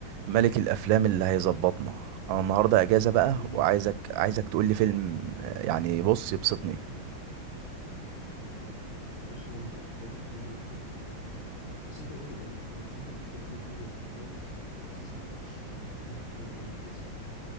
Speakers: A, on the right (about 80°); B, on the left (about 65°).
A: ملك الافلام اللي هيظبطنا انا النهارده اجازه بقى
B: حبيبي
A: وعايزك عايزك تقول لي فيلم آه، يعني بص يبسطني
B: يا باشا انت الافلام كلها اللي عندي تحت امرك يعني بس انت قول لي الاول انت بتحب الافلام العربي ولا الاجنبي عشان على الاساس ده ارشح لك حاجه تتفرج عليها وتنبسط يعني